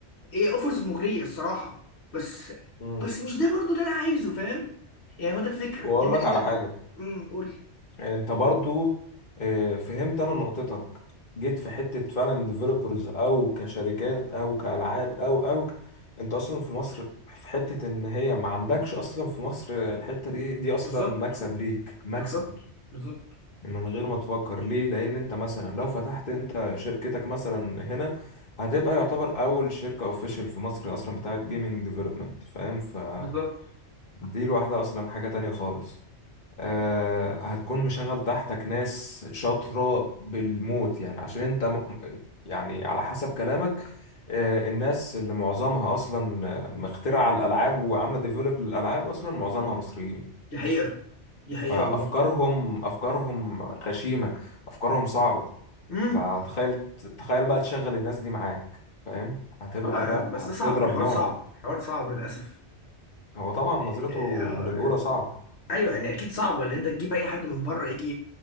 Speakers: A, on the left; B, on the left.
A: هي اوفرز مغريه الصراحه بس
B: مم.
A: بس مش ده برضو اللي انا عايزه فاهم يعني هو ده الفكره
B: وأقول
A: انت
B: لك
A: انت
B: على
A: ب...
B: حاجة
A: امم قول لي
B: انت برضو آه، فهمت انا نقطتك جيت في حتة فعلا ديفلوبرز او كشركات او كالعاب او او انت اصلا في مصر في حتة ان هي ما عندكش اصلا في مصر الحتة دي دي اصلا
A: بالظبط
B: مكسب ليك مكسب
A: بالظبط بالظبط
B: من غير ما تفكر ليه لان انت مثلا لو فتحت انت شركتك مثلا هنا هتبقى يعتبر اول شركة اوفيشال في مصر اصلا بتاعت جيمنج ديفلوبمنت فاهم فدي
A: بالظبط
B: لوحدها اصلا حاجة تانية خالص آه، هتكون مشغل تحتك ناس شاطرة بالموت يعني عشان انت م... يعني على حسب كلامك آه، الناس اللي معظمها اصلا آه، مخترعة الالعاب وعاملة ديفلوب للالعاب اصلا معظمها مصريين
A: دي حقيقة دي حقيقة
B: فافكارهم
A: والله
B: افكارهم غشيمة افكارهم صعبة
A: امم
B: فتخيل تخيل بقى تشغل الناس دي معاك فاهم هتبقى
A: طبعا
B: لا
A: بس
B: هتضرب
A: ده صعب الحوار
B: نار
A: صعب الحوار صعب للأسف
B: هو طبعا نظرته
A: إيه، آه
B: من الاولى صعبة
A: أيوه يعني أكيد صعب إن أنت تجيب أي حد من بره يجي